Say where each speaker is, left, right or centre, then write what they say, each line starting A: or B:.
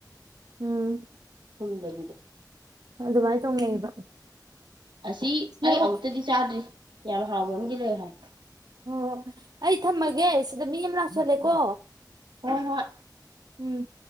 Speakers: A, on the right; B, on the right.
A: ꯎꯨꯝ
B: ꯁꯨꯝꯗꯕꯤꯗ
A: ꯑꯗꯨꯃꯥꯥꯏ ꯇꯧꯅꯩꯌꯦꯕ
B: ꯑꯁꯤ
A: ꯃꯣꯔꯣꯛ
B: ꯑꯩ ꯑꯃꯨꯛꯇꯗꯤ ꯆꯥꯗ꯭ꯔꯤ ꯌꯥꯝ ꯍꯥꯎꯕ ꯑꯃꯗꯤ ꯂꯩ ꯍꯥꯏ
A: ꯑꯣ ꯑꯩ ꯊꯝꯃꯒꯦ ꯁꯤꯗ ꯃꯤ ꯑꯃ ꯂꯥꯛꯁꯤꯜꯂꯦꯀꯣ
B: ꯍꫭꯏ ꯍꫭꯏ
A: ꯎꯝ